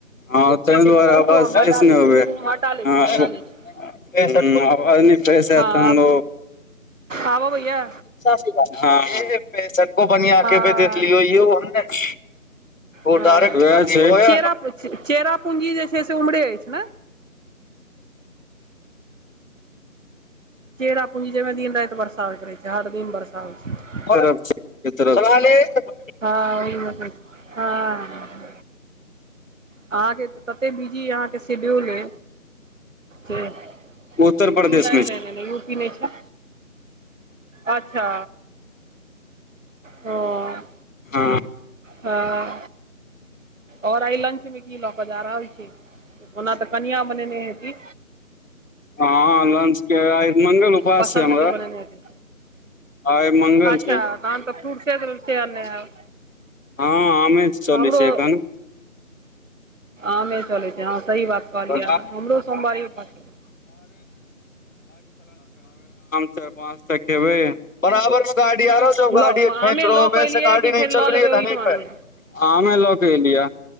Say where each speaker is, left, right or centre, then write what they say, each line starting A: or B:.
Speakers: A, on the left; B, on the right.
A: हँ तैं दुआरे
B: छै रुकू
A: आवाज
B: हम हटा
A: किछ
B: लै
A: नइ
B: छी
A: अबैय
B: रुकू हम
A: <unintelligible>
B: हटा लै छी हटा लै छी
A: हं आवाज नय फ्रेस एत
B: हँ
A: तहन
B: आब
A: ओ
B: कहू आब अबैये?
A: हं <unintelligible>
B: हँ
A: <unintelligible> वैह
B: हँ
A: छइ
B: चेरा चेरा पूंजी जे छै से उम्हरे अछि ने चेरा पूंजी जहिमे दिन राइत बरसा होइत रहे छै हर दिन बरसा होय छै
A: <unintelligible>
B: हँ ओहि में होय हँ अहाँके त तते बीजी अय अहाँ सिड्यूल अय नय
A: उत्तर प्रदेश मे छै
B: नय नय नय यू पी नय छै अच्छा हां।
A: हां।
B: हां और आई लंच मे की लऽ कऽ जा रहल छी ओना तऽ कनिया बनेनय हेथी।
A: हां लंच के आइ मंगल उपास
B: पसन्दके
A: छै हमरा।
B: बनेने हेती
A: आय मंगल
B: अच्छा
A: छै।
B: तहन तै फ्रूट्से से आनलय हैब।
A: हां आमे चलय
B: हमरो
A: छै एखन।
B: आमे चलय छै हां सही बात कहलियै
A: <unintelligible> <unintelligible> आम
B: अहाँ हमरो सोमवारी उपवास छलै।
A: चाएर पाँचटा खेबय <unintelligible>
B: लऽ ओ आमे लऽ कऽ एलियै कि फेर लऽ लेबै ओहिठमामे
A: आमे ल कै एलियै यै।